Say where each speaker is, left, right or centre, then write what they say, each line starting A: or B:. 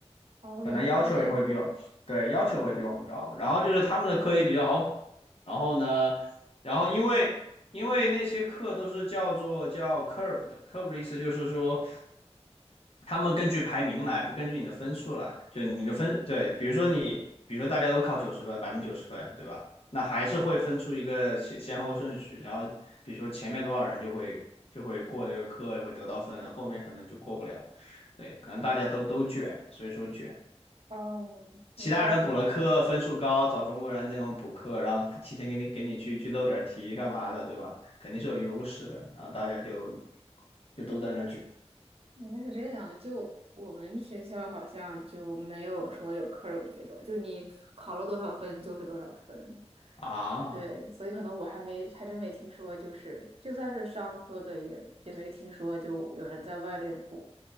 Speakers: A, on the right; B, on the left.
A: 哦，
B: 本来要求也会比我，
A: 原来是这样。
B: 对，要求会比我们高。然后就是他们的课也比较好补，然后呢，然后因为因为那些课都是叫做叫 curve 的，curve 的意思就是说。他们根据排名来，不根据你的分数来。就你的分，对，比如说你，比如说大家都考九十分，百分之九十分，对吧？那还是会分出一个先先后顺序，然后比如说前面多少人就会就会过这个课，会得到分，后面可能就过不了。对，可能大家都都卷嘛所以说卷。
A: 哦，我倒是
B: 其他人补了课，分数高，找中国人那种补课，然后他提前给你给你去去漏点题干嘛的，对吧？肯定是有优势的，然后大家就就都在那儿卷
A: 原来是这样。就我们学校好像就没有说有课 u r 这种，就你考了多少分就是多少分。
B: 啊
A: 对，所以可能我还没还真没听说，就是就算是商科的也也没听说就有人在外面补。